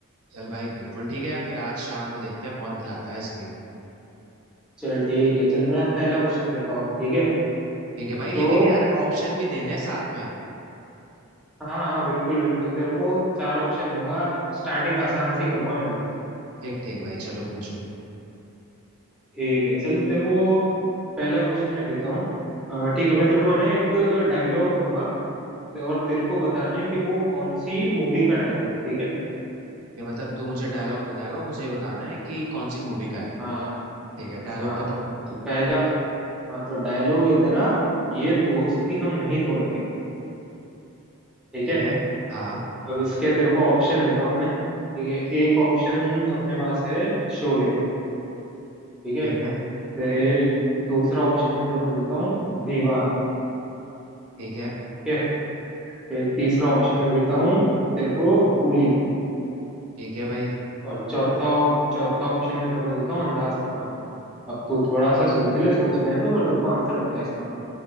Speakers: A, on the right; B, in the centre.
A: चल भाई बिल्कुल ठीक है यार फिर आज शाम को देखते हैं कौन खिलाता है आइसक्रीम
B: चल ठीक है चल मैं पहला क्वेश्चन देता हूँ अब ठीक है
A: ठीक है भाई लेकिन
B: तो
A: यार ऑप्शन भी देने हैं साथ में
B: हाँ हाँ बिल्कुल बिल्कुल तेरे को चार ऑप्शन दूंगा स्टार्टिंग आसान से करूंगा मैं भी
A: ठीक ठीक भाई चलो पूछो फिर
B: ठीक है चल तेरे को पहला क्वेश्चन मैं देता हूँ अ, ठीक है मैं तेरे को है ना एक डायलॉग दूंगा ते- और तेरे को बताना है कि वो कौन सी मूवी का डायलॉग है ठीक है
A: ठीक है मतलब तू मुझे डायलॉग बताएगा और मुझे ये बताना है कि कौन सी मूवी का है
B: हाँ
A: ठीक है डायलॉग
B: हाँ
A: बताओ
B: तो पहला हाँ तो डायलॉग है तेरा ये दोस्ती हम नहीं तोड़ेंगे ठीक
A: ठीक
B: है
A: है हाँ
B: अब इसके तेरे को ऑप्शन देता हूँ मैं ठीक है एक ऑप्शन अपने पास है शोले ठीक है
A: ठीक है
B: फिर दूसरा ऑप्शन मैं तेरे को देता हूँ दीवार
A: ठीक है
B: ठीक है फिर तीसरा ऑप्शन मैं देता हूँ तेरे को कूली
A: ठीक है भाई
B: और चौथा ऑप चौथा ऑप्शन मैं तेरे को देता हूँ अंदाज अपना अपना अब तू थोड़ा सा सोच ले सोचना है तो पर तेरे को आंसर बता इसका